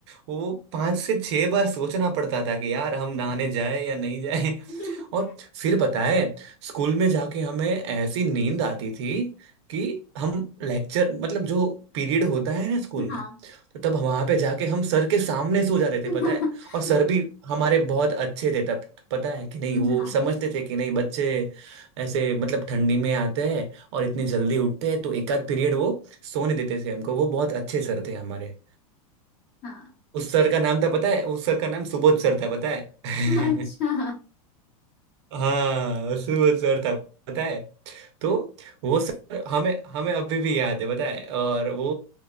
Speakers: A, on the right (about 50°); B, on the left (about 35°).
A: वो पांच से छह बार सोचना पड़ता था कि यार हम नहाने जाए या नहीं जाए
B: <laughs>
A: और फिर पता है स्कूल में जाके हमें ऐसी नींद आती थी कि हम लेक्चर मतलब जो पीरियड होता है ना स्कूल
B: हाँ
A: में तो तब वहां पे जाके हम सर के सामने सो जाते थे
B: हाँ
A: पता है और सर भी हमारे बहुत अच्छे थे तब पता है कि नहीं
B: हाँ
A: वो समझते थे कि नहीं बच्चे ऐसे मतलब ठंडी में आते हैं और इतनी जल्दी उठते हैं तो एक आध पीरियड वो सोने देते थे हमको वो बहुत अच्छे सर थे हमारे
B: हाँ।
A: उस सर का नाम था पता है उस सर का नाम सुबोध सर था पता है
B: अच्छा
A: <laughs> हाँ सुबोध सर था पता है तो वो सर हमें हमें अभी भी याद है पता है और वो